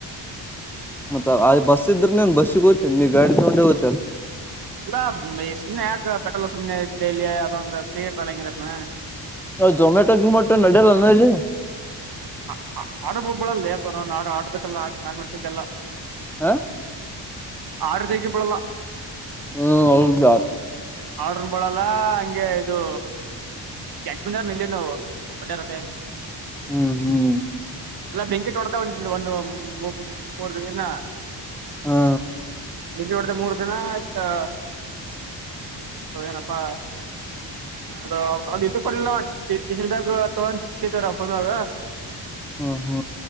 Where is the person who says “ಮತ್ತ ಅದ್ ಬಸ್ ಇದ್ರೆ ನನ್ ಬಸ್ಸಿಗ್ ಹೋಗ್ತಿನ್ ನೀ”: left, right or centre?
Centre